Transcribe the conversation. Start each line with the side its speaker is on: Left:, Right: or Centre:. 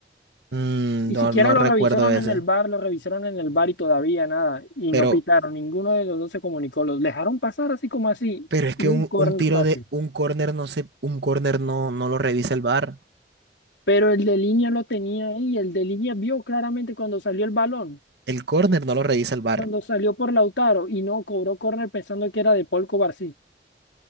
Right: Mm,
Left: Y
Right: no,
Left: siquiera
Right: no
Left: lo
Right: recuerdo
Left: revisaron
Right: ese.
Left: en el bar lo revisaron en el bar y todavía nada. Y
Right: Pero,
Left: no pitaron, ninguno de los dos se comunicó. Los dejaron pasar así como así.
Right: pero es que
Left: Y un
Right: un,
Left: córner
Right: un tiro
Left: fácil.
Right: de un córner no se, un córner no, no lo revisa el VAR.
Left: Pero el de línea lo tenía ahí. El de línea vio claramente cuando salió el balón,
Right: El córner no lo revisa el VAR.
Left: cuando salió por Lautaro y no cobró córner pensando que era de Paul Cubarsí.